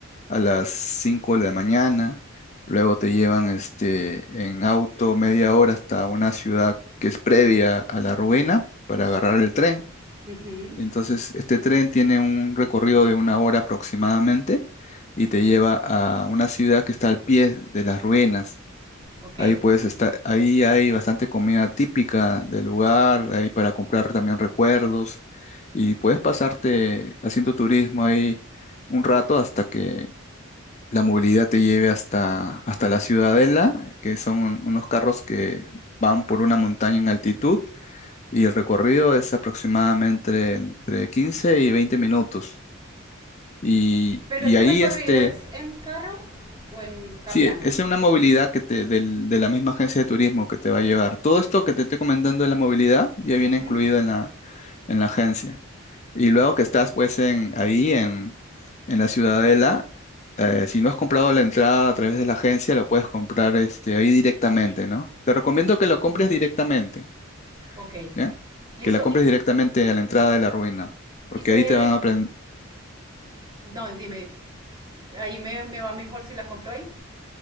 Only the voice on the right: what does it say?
Ujú.
Ok.
Eh,
Pero
ese
recorrido
es en carro o en caminando.
Ujú.
Ok,
listo.
Y se
debe,
no, dime, ahí me, me va mejor si la compro ahí.